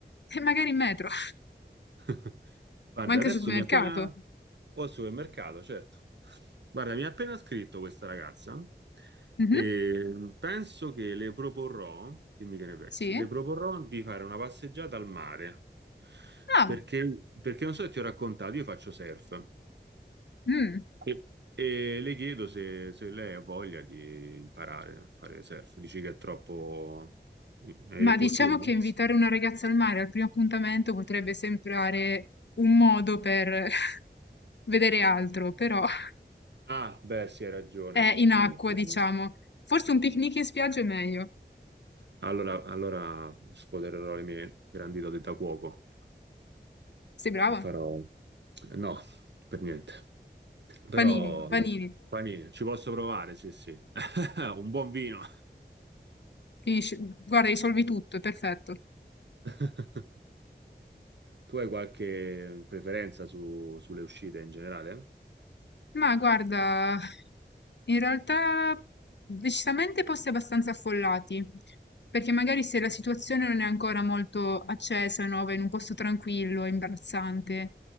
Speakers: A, on the left; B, on the right.
A: E magari in metro, <laughs>
B: <laughs> Guarda,
A: ma anche
B: adesso
A: al supermercato.
B: mi ha appena... O al supermercato, certo. Guarda, mi ha appena scritto questa ragazza
A: Mhm,
B: e penso che le proporrò, dimmi che ne pensi,
A: Sì.
B: le proporrò di fare una passeggiata al mare.
A: Ah,
B: Perché, perché non so se ti ho raccontato, io faccio surf.
A: mm.
B: E, e le chiedo se, se lei ha voglia di imparare a fare surf. Dici che è troppo... è
A: Ma
B: inopportuno?
A: diciamo che invitare una ragazza al mare al primo appuntamento potrebbe sembrare un modo per <laughs> vedere altro, però <laughs>
B: Ah, beh, sì, hai ragione.
A: è in
B: Hai
A: acqua,
B: ragione.
A: diciamo. Forse un picnic in spiaggia è meglio.
B: Allora, allora sfodererò le mie grandi doti da cuoco
A: Sei brava?
B: e farò... No, per niente. Però,
A: Panini, panini.
B: panini, ci posso provare, sì, sì. <laughs> Un buon vino.
A: Finisci guarda, risolvi tutto, è perfetto.
B: <laughs> Tu hai qualche preferenza su- sulle uscite in generale?
A: Ma guarda, in realtà decisamente posti abbastanza affollati, perché magari se la situazione non è ancora molto accesa, no, vai in un posto tranquillo, è imbarazzante,